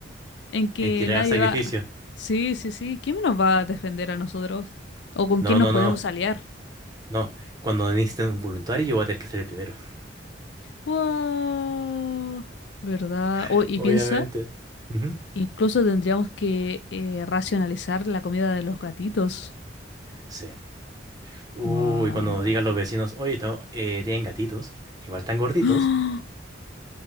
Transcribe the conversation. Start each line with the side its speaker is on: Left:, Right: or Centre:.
Left: en que
Right: En tirar
Left: nadie
Right: a sacrificio.
Left: va. Sí, sí, sí, ¿quién nos va a defender a nosotros? ¿O con
Right: No,
Left: quién nos
Right: no,
Left: podemos
Right: no,
Left: aliar?
Right: no. Cuando necesiten un voluntario, yo voy a tener que ser el primero.
Left: Wow, ¿verdad?
Right: <laughs>
Left: Oh, y
Right: Obviamente.
Left: piensa,
Right: Ujú.
Left: incluso tendríamos que eh, racionalizar la comida de los gatitos.
Right: Sí. Uy,
Left: Wow.
Right: cuando digan los vecinos, oye, tengo- eh, tienen gatitos, igual están gorditos.
Left: ¡Ah! <gasps>